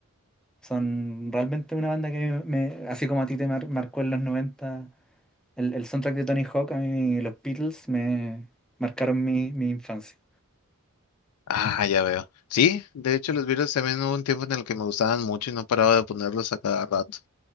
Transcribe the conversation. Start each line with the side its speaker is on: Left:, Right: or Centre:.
Centre: Son realmente una banda que me, así como a ti te mar- marcó en los 90 el, el soundtrack de Tony Hawk, a mí los Beatles me marcaron mi, mi infancia.
Left: Ah, ya veo. Sí, de hecho los Beatles también hubo un tiempo en el que me gustaban mucho y no paraba de ponerlos a cada rato.